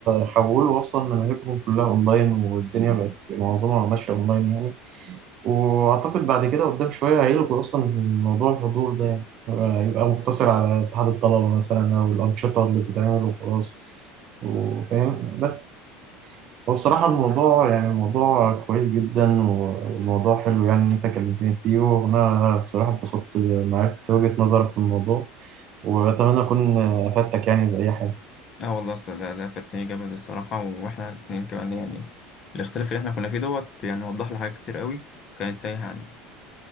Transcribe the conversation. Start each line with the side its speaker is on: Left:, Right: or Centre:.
Right: حولوا أصلا مناهجهم كلها أونلاين والدنيا بقت معظمها ماشية أونلاين يعني وأعتقد بعد كده قدام شوية هيلغوا أصلا موضوع الحضور ده يعني هيبقى يبقى مقتصر على اتحاد الطلبة مثلا أو الأنشطة اللي بتتعمل وخلاص وفاهم بس. هو بصراحة الموضوع يعني الموضوع كويس جدا وموضوع حلو يعني إن أنت كلمتني فيه وأنا بصراحة اتبسطت معرفت وجهة نظرك في الموضوع وأتمنى أكون أفدتك يعني بأي حاجة
Left: اه والله اصل ده, ده فاتني جامد الصراحه واحنا الاتنين كمان يعني الاختلاف اللي احنا كنا فيه دوت يعني وضح لي حاجات كتير قوي كانت تايهه عني